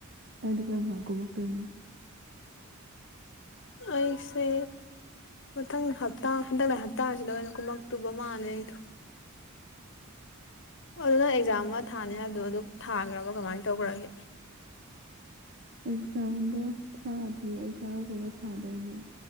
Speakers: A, on the right; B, on the left.
A: ꯅꯪꯗꯤ ꯀꯔꯝ ꯃꯛꯇꯣꯏꯅꯣ
B: ꯑꯩꯁꯦ ꯃꯊꯪ ꯍꯞꯇꯥ ꯍꯟꯗꯛ ꯍꯞꯇꯥꯁꯤꯗ ꯑꯣꯏꯅ ꯀꯨꯝꯃꯛꯇꯨꯕ ꯃꯥꯜꯂꯦ ꯑꯩꯗꯣ꯫ ꯑꯣ ꯑꯗꯨ ꯅꯪ ꯑꯦꯛꯖꯥꯝ ꯑꯃ ꯊꯥꯅꯤ ꯍꯥꯏꯕꯗꯣ ꯑꯗꯨ ꯊꯥꯈ꯭ꯔꯕ ꯀꯃꯥꯏꯅ ꯇꯧꯈ꯭ꯔꯒꯦ
A: ꯑꯦꯛꯖꯥꯝꯗꯣ ꯊꯥꯗ꯭ꯔꯤ ꯑꯩ ꯀꯥꯔꯛꯄꯒ ꯊꯥꯗꯣꯏꯅꯦ